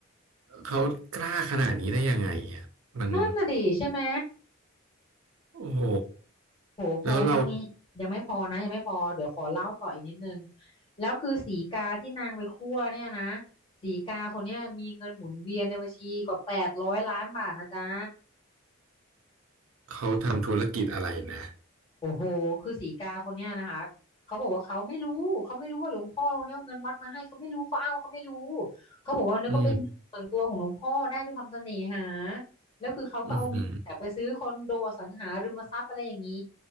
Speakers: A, on the right; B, on the left.
A: เขากล้าขนาดนี้ได้ยังไงอ่ะมัน
B: นั่นน่ะดิใช่ไหม
A: โอ้โห
B: โหพงเท่านี้ยังไม่พอนะยังไม่พอเดี๋ยวขอเล่าต่ออีกนิดนึง
A: แล้วเรา
B: แล้วคือสีกาที่นางไปคั่วเนี่ยนะ สีกาคนเนี้ยมีเงินหมุนเวียนในบัญชีกว่าแปดร้อยล้านบาทนะจ๊ะ
A: เขาทำธุรกิจอะไรนะ
B: โอ้โหคือสีกาคนเนี้ยนะคะเขาบอกว่าเขาไม่รู้เขาไม่รู้ว่าหลวงพ่อคนเนี้ยเอาเงินวัดมาให้เขาไม่รู้เขาอ้างว่าเขาไม่รู้เขาบอกว่านึกว่าเป็นส่วนตัวของหลวงพ่อได้ด้วยความเสน่หา
A: อืม
B: แล้วคือเขาก็เอาเงินแบบไปซื้อคอนโดอสังหาริมทรัพย์อะไรอย่างนี้
A: อืม